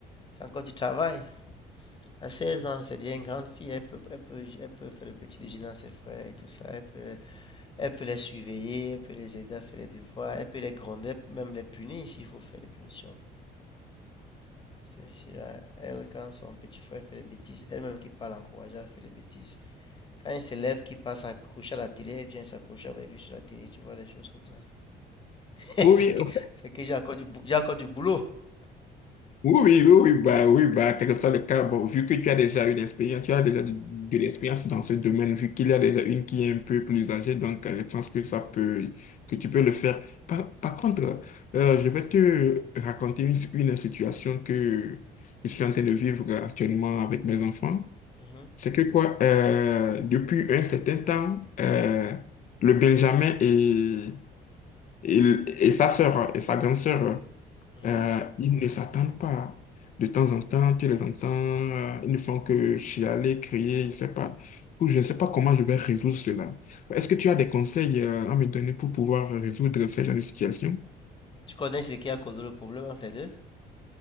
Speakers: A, on the left (about 30°); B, on the left (about 50°).
A: c'est encore du travail. À 16 ans, c'est déjà une grande fille, elle peut, elle peut, elle peut faire le petit déjeuner à ses frères et tout ça, elle peut, elle peut les surveiller, elle peut les aider à faire les devoirs, elle peut les gronder, elle peut même les punir s'il faut faire des punitions. C'est si là, elle, quand son petit frère fait des bêtises, elle-même qui parle l'encourager à faire des bêtises. Quand il s'élève, qui passe accroché à la télé, elle vient s'accrocher avec lui sur la télé, tu vois, des choses comme ça. C'est
B: Oui,
A: <laughs> que,
B: oui,
A: c'est que j'ai encore du, j'ai encore du boulot.
B: Oui, oui, oui, oui, bah, oui, bah, quel que soit le cas, bon, vu que tu as déjà eu expérience, tu as déjà de, de l'expérience dans ce domaine, vu qu'il y a déjà une qui est un peu plus âgée, donc euh, je pense que ça peut, que tu peux le faire. Par, par contre, euh, je vais te raconter une, une situation que je suis en train de vivre actuellement avec mes enfants.
A: Mhm,
B: C'est que quoi, euh, depuis un certain temps, euh, le Benjamin et, et, et sa sœur, et sa grande sœur,
A: mhm.
B: euh, ils ne s'attendent pas. De temps en temps, tu les entends, euh, ils ne font que chialer, crier, je ne sais pas. Du coup, je ne sais pas comment je vais résoudre cela. Est-ce que tu as des conseils, euh, à me donner pour pouvoir résoudre ce genre de situation?
A: Tu connais ce qui a causé le problème entre les deux?